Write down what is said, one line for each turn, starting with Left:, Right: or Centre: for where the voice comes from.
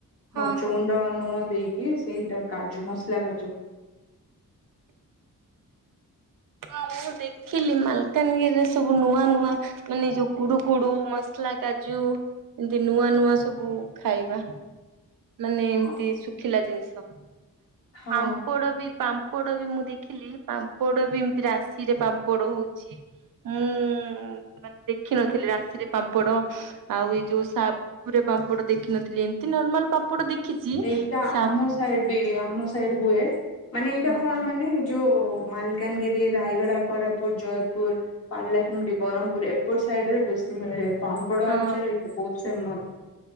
Right: ହଁ
Left: ମଛ
Right: ହଁ।
Left: ଗୁଣ୍ଡ ନୁଣ ଦେଇକି ସେଇଟା କାଜୁ ମସଲା କାଜୁ
Right: ହଁ ମୁଁ ଦେଖିଲି ମାଲକାନଗିରିରେ ସବୁ ନୂଆ ନୂଆ ମାନେ ଯୋଉ କୁଡୁ କୁଡୁ ମସଲା କାଜୁ ଏମିତି ନୂଆ ନୂଆ ସବୁ ଖାଇବା। ମାନେ
Left: ହଁ
Right: ଏମିତି ଶୁଖିଲା ଜିନିଷ
Left: ହଁ
Right: ପାମ୍ପଡ଼ ବି ପାମ୍ ପାମ୍ପଡ଼ ବି ମୁଁ ଦେଖିଲି ପାମ୍ପଡ଼ ବି ଏମତି ରାଶିରେ ପାମ୍ପଡ଼ ହୋଉଚି। ମୁଁ ମାନେ ଦେଖିନଥିଲି ରାଶିରେ ପାମ୍ପଡ ଆଉ ଏଇ ଯୋଉ ସାଗୁରେ ପାମ୍ପଡ ଦେଖିନଥିଲି ଏମ ଏମିତି ନର୍ମାଲ ପାପଡ଼ ଦେଖିଚି
Left: ଏଇଟା
Right: ସାପ
Left: ଆମ ସାଇଡ ବି ଆମ ସାଇଡ ହୁଏ ମାନେ ଏଇଟା
Right: ହଁ
Left: କଣ ମାନେ ଯୋଉ ମାଲକାନଗିରି, ରାୟଗଡା, କୋରାପୁଟ, ଜୟପୁର ପାଲାଖେମୁନ୍ଡି ବରହ୍ମପୁର ଏପଟ ସାଇଡ ରେ ବେଶୀ ମିଳେ ପାମ୍ପଡ
Right: ହଁ
Left: ଆଚାର ବହୁତ ଫେମ